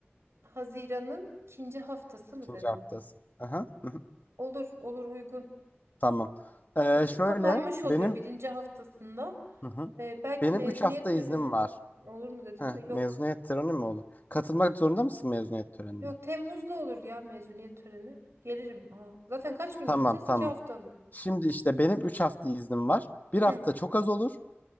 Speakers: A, on the right; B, on the left.
A: Haziran'ın ikinci haftası mı
B: İkinci
A: dedin?
B: haftası. Aha, hı hı,
A: Olur, olur uygun.
B: Tamam. Ee,
A: Okul
B: şöyle
A: kapanmış oluyor
B: benim
A: birinci haftasında.
B: hı hı,
A: Ee, belki
B: benim
A: mezuniyet
B: 3 hafta
A: töreni
B: iznim var.
A: olur mu dedim
B: Heh,
A: de yok.
B: mezuniyet töreni mi olur? Katılmak zorunda mısın mezuniyet törenine?
A: Yok Temmuz'da olur ya mezuniyet töreni. Gelirim. Aa, zaten kaç gün
B: Tamam
A: gideceğiz?
B: tamam.
A: İki hafta mı?
B: Şimdi işte benim 3 hafta iznim var. Bir hafta
A: Hı.
B: çok az olur.